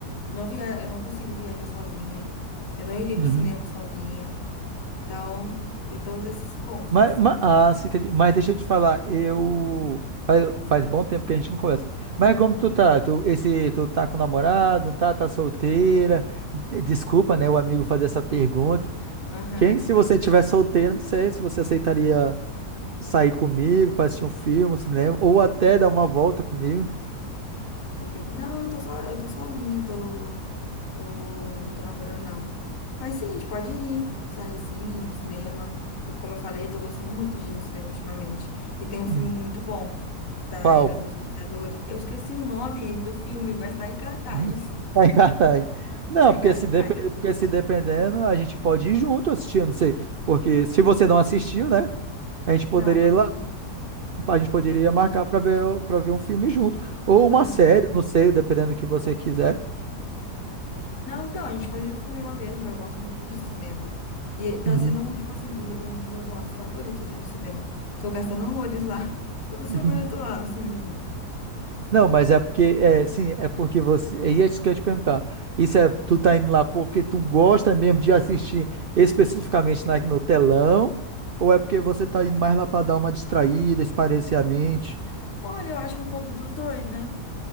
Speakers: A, on the left; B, on the right.
A: eu não via, eu não consigo viajar sozinha. Eu não iria
B: uhum.
A: pro cinema sozinha. Então, tem todos esses pontos,
B: Mas,
A: assim.
B: mas, ah, sim, entendi. Mas deixa eu te falar, eu. Faz, faz bom tempo que a gente não conversa. Mas como tu tá? Tu, esse, tu tá com namorado, não tá? Tá solteira? De- Desculpa, né, o amigo fazer essa pergunta.
A: Aham.
B: Quem, se você tiver solteira, não sei se você aceitaria sair comigo pra assistir um filme, um cinema, ou até dar uma volta comigo.
A: Entende? Não, eu tô só, eu tô sozinha, tô, eu não tô namorando, não. Mas sim, a gente pode ir, sair sim, no cinema. E como eu falei, eu tô gostando muito de ir no cinema ultimamente. E tem um
B: Hum.
A: filme muito bom da
B: Qual?
A: Era dos Vingadores. Eu esqueci o nome do filme, mas tá em cartaz.
B: <laughs> Uhum. Tá em cartaz. Não,
A: Tá
B: porque
A: em cartaz.
B: se, depe- porque se dependendo, a gente pode ir junto assistir, eu não sei. Porque se você não assistiu, né? A gente poderia
A: Não, não
B: ir
A: assisti.
B: lá, a gente poderia
A: Não assisti.
B: marcar para ver, para ver um filme junto. Ou uma
A: não.
B: série, não sei, dependendo do que você quiser.
A: Não, então, a gente pode ir no cinema mesmo. Eu gosto muito de cinema. E tá
B: Uhum.
A: sendo um, tipo assim, do- um dos meus hobbies favoritos ir no cinema. Tô gastando horrores lá. <laughs> Toda semana
B: Uhum.
A: eu tô lá no cinema.
B: Não, mas é porque, é, sim, é porque você. É isso que eu ia te perguntar. Isso é, tu tá indo lá porque tu gosta mesmo de assistir especificamente na- no telão? Ou é porque você tá indo mais lá para dar uma distraída, espairecer a mente?
A: Olha, eu acho que um pouco dos dois, né?